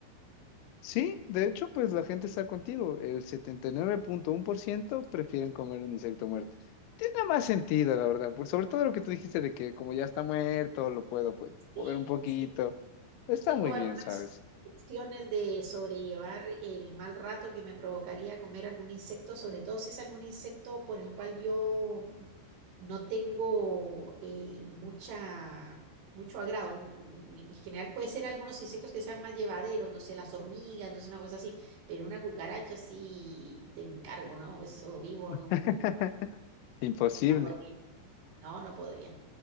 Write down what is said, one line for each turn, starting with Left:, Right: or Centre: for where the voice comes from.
Left: Sí, de hecho, pues la gente está contigo. El setenta y nueve punto uno por ciento prefieren comer un insecto muerto. Tiene más sentido, la verdad. Pues sobre todo lo que tú dijiste de que como ya está muerto, lo puedo pues
Right: Sí,
Left: mover un poquito.
Right: sí.
Left: Está
Right: Tengo
Left: muy bien,
Right: algunas
Left: ¿sabes?
Right: opciones de sobrellevar el mal rato que me provocaría comer algún insecto, sobre todo si es algún insecto por el cual yo no tengo eh, mucha, mucho agrado. N- En general puede ser algunos insectos que sean más llevaderos, no sé, las hormigas, no sé, una cosa así, pero una cucaracha sí te encargo, ¿no? Eso vivo en un...
Left: <laughs> Imposible.
Right: No podría. No, no podría.